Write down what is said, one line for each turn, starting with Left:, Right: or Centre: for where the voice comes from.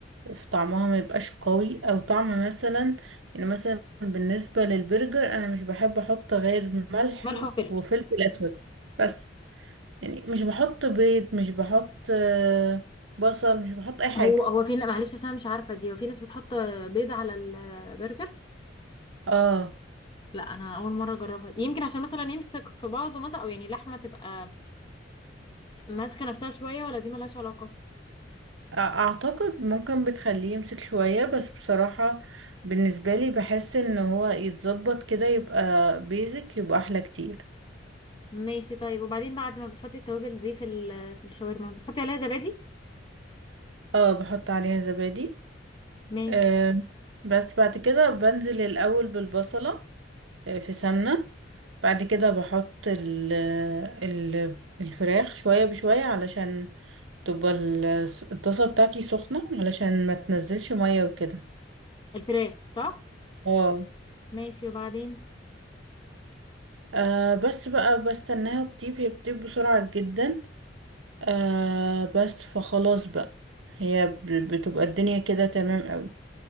Right: في طعمها ما يبقاش قوي او طعم مثلا يعني مثلا بالنسبه للبرجر انا مش بحب احط غير ملح
Left: ملح وفلفل
Right: وفلفل اسود بس يعني مش بحط بيض مش بحط آه، بصل مش بحط اي حاجه
Left: هو هو في معلش عشان مش عارفه دي وفي ناس بتحط بيض على البرجر
Right: اه
Left: لا انا اول مره اجربها دي. يمكن عشان مثلا يمسك في بعضه مثلا او يعني اللحمه تبقى ماسكه نفسها شويه ولا دي ملهاش علاقه
Right: أ- اعتقد ممكن بتخليه يمسك شويه بس بصراحه بالنسبه لي بحس ان هو يتظبط كده يبقى بيزك يبقى احلى كتير
Left: ماشي طيب وبعدين بعد ما بتحطي التوابل دي في ال- في الشاورما بتحطي عليها زبادي
Right: اه بحط عليها زبادي
Left: ماشي
Right: آه بس بعد كده بنزل الأول بالبصلة آه في سمنة بعد كده بحط ال ال الفراخ شوية بشوية علشان تبقى ال- الطاسة بتاعتي سخنة علشان ما تنزلش مية وكده
Left: الفراخ صح
Right: اه
Left: ماشي وبعدين
Right: آه، بس بقى بستناها تطيب هي بتطيب بسرعة جدا آه بس فخلاص بقى هي ب- بتبقى الدنيا كده تمام أوي